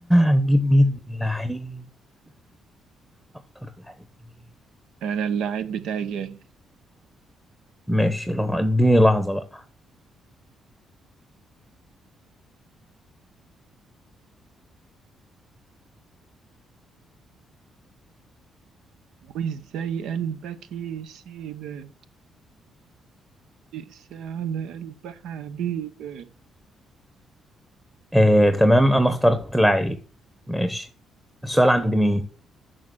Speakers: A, in the centre; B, on the right.
A: هنجيب مين لعيب اختار لعيب مين
B: انا اللعيب بتاعي جاي
A: ماشي لح- اديني لحظه بقى
B: وازاي قلبك يسيبك اقسى على قلب حبيبك
A: آه تمام انا اخترت لعيب ماشي السؤال عند مين